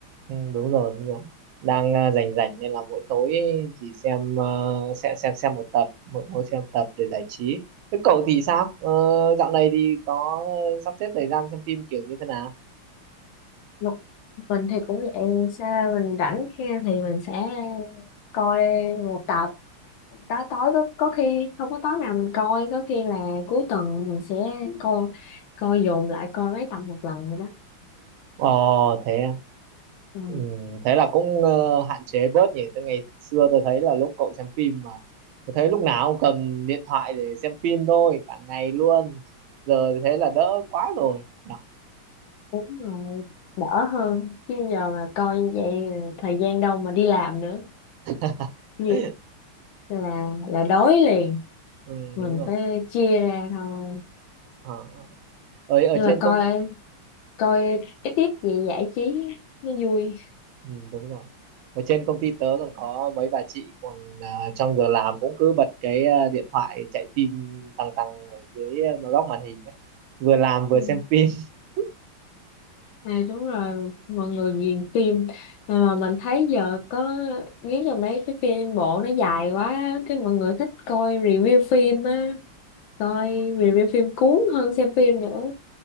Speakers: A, on the right; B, on the left.
A: Ừ, đúng rồi đúng rồi đang à, rảnh rảnh nên là mỗi tối chỉ xem uh, xem xem xem một tập mỗi tối xem tập để giải trí thế cậu thì sao Ờ, dạo này thì có sắp xếp thời gian xem phim kiểu như thế nào
B: Một mình thì cũng vậy sao mình rảnh khi thì mình sẽ coi một tập tối tối có, có khi không có tối nào mình coi có khi là cuối tuần mình sẽ coi coi dồn lại coi mấy tập một lần rồi đó
A: ờ thế à?
B: ừ,
A: ừ, thế là cũng ờ, hạn chế bớt nhỉ từ ngày xưa tôi thấy là lúc cậu xem phim mà tôi thấy lúc nào cũng cầm điện thoại để xem phim thôi cả ngày luôn giờ thì thế là đỡ quá rồi nhỉ?
B: đúng rồi đỡ hơn chứ giờ mà coi như vậy thời gian đâu mà đi làm nữa
A: <laughs>
B: Vì- là là đói liền
A: ừ,
B: mình
A: đúng rồi
B: phải chia ra thôi
A: ờ. ở ở
B: nhưng mà
A: trên
B: coi
A: công
B: coi ít ít vậy giải trí nó vui
A: Ừ, đúng rồi. Ở trên công ty tớ còn có mấy bà chị còn à, trong giờ làm cũng cứ bật cái à, điện thoại chạy phim tăng tăng ở dưới à, góc màn hình ấy. Vừa làm vừa
B: Ừ.
A: xem phim. <laughs>
B: À, đúng rồi, mọi người ghiền phim mà mà mình thấy giờ có nghĩ là mấy cái phim bộ nó dài quá cái mọi người thích coi review phim á coi review phim cuốn hơn xem phim nữa